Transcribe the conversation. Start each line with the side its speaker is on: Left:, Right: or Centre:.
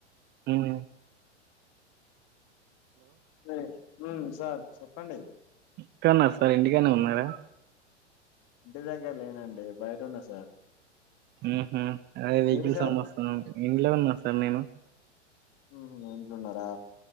Right: హమ్
Left: లే ఉమ్ సార్ చెప్పండి
Right: ఇక్కడ ఉన్నా సార్ ఇంటికడనే ఉన్నారా
Left: ఇంటి దగ్గర లేనండి బయట ఉన్న సార్
Right: అహుమ్ అదే వెహికల్స్
Left: మీరు సార్
Right: సౌండ్ వస్తుంటే ఇంట్లో ఉన్నా సార్ నేను
Left: ఉహు ఇంట్లున్నారా